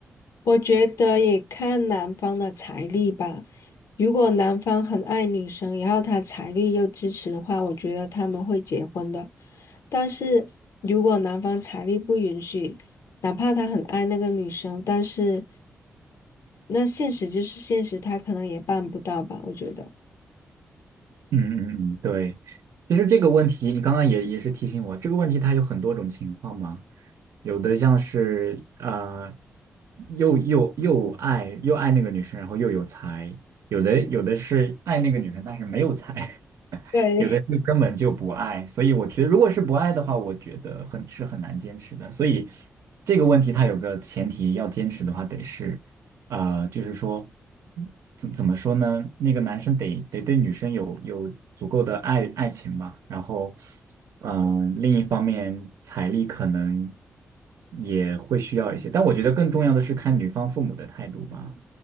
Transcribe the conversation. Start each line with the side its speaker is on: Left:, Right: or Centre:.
Left: 我觉得也看男方的财力吧。如果男方很爱女生，然后他财力又支持的话，我觉得他们会结婚的。但是如果男方财力不允许，哪怕他很爱那个女生，但是那现实就是现实，他可能也办不到吧，我觉得。
Right: 嗯嗯嗯，对。其实这个问题，你刚刚也也是提醒我，这个问题它有很多种情况嘛，有的像是呃又又又爱又爱那个女生，然后又有才，有的有的是爱那个女生但是没有才，<laughs>
Left: 对。
Right: 有的是根本就不爱，所以我觉得，如果是不爱的话，我觉得很是很难坚持的。所以这个问题它有个前提，要坚持的话得是，呃，就是说怎怎么说呢？那个男生得得对女生有有足够的爱爱情吧，然后，嗯、另一方面财力可能也会需要一些，但我觉得更重要的是看女方父母的态度吧，